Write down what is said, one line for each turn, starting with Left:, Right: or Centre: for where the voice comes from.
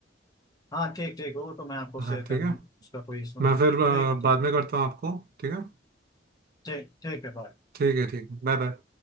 Left: हाँ ठीक ठीक वो तो मैं आपको
Right: हाँ
Left: शेयर
Right: ठीक
Left: कर दूंगा
Right: है
Left: उसका कोई इशू
Right: मैं
Left: नहीं
Right: फिर
Left: ठीक
Right: अ,
Left: है ठीक
Right: बाद में करता हूँ आपको ठीक है
Left: ठीक ठीक है बाय
Right: ठीक है ठीक है बाय बाय